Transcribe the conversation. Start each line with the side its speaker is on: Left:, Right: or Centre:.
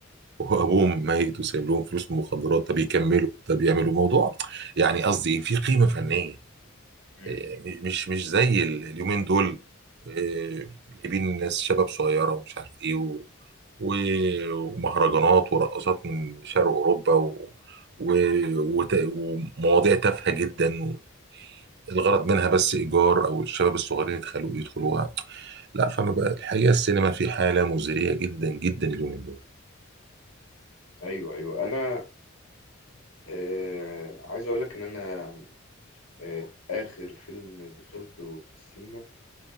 Right: وابوهم ميت وسايب لهم فلوس من المخدرات طب يكملوا
Left: بالظبط.
Right: طب يعملوا موضوع يعني قصدي ايه في قيمه فنيه
Left: مم.
Right: آه، مش مش زي ال- اليومين دول آه، جايبين ناس شباب صغيرة ومش عارف ايه و... و... ومهرجانات ورقصات من شرق أوروبا و... و... وت... ومواضيع تافهة جدا الغرض منها بس إيجار أو الشباب الصغيرين يدخلوا يدخلوها لا فأنا بقى الحقيقة السينما في حالة مزرية جدا جدا اليومين دول
Left: ايوه ايوه انا آه عايز اقول لك ان انا آه اخر فيلم دخلته في السينما